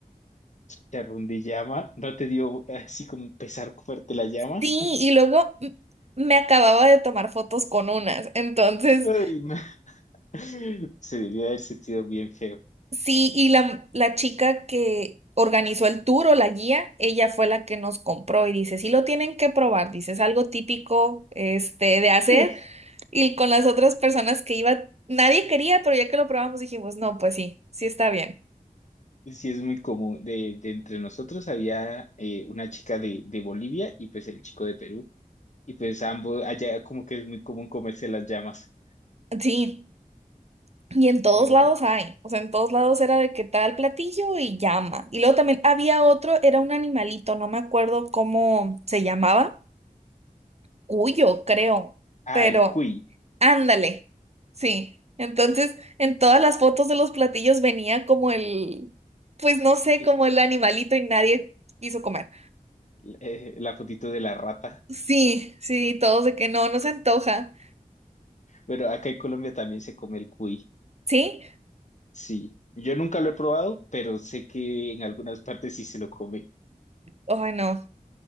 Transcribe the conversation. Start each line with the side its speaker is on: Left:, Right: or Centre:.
Left: Te ardilla llama, ¿no te dio así como un pesar fuerte la llama?
Right: Sí, y luego m- me acababa de tomar fotos con unas, entonces
Left: Ay, no. <laughs> Se debió haber sentido bien feo.
Right: sí, y la, la chica que organizó el tour o la guía, ella fue la que nos compró y dice, sí lo tienen que probar, dice, es algo típico este de hacer.
Left: <laughs>
Right: Y con las otras personas que iba, nadie quería, pero ya que lo probamos dijimos, no, pues sí, sí está bien.
Left: Sí, es muy común. De, de entre nosotros había eh, una chica de, de Bolivia y pues el chico de Perú. Y pues ambos, allá como que es muy común comerse las llamas,
Right: Sí. Y en todos
Left: ¿no?
Right: lados hay, o sea, en todos lados era de que tal platillo y llama. Y luego también había otro, era un animalito, no me acuerdo cómo se llamaba, cuyo, creo,
Left: Ah,
Right: pero
Left: el cuy,
Right: ándale, sí. Entonces, en todas las fotos de los platillos venía como el, pues no sé,
Left: l-
Right: como el animalito y nadie quiso comer.
Left: eh, la fotito de la rata.
Right: Sí, sí, todos de que no, no se antoja,
Left: Bueno, acá en Colombia también se come el cuy,
Right: ¿sí?
Left: sí. Yo nunca lo he probado, pero sé que en algunas partes sí se lo come.
Right: Ay, no.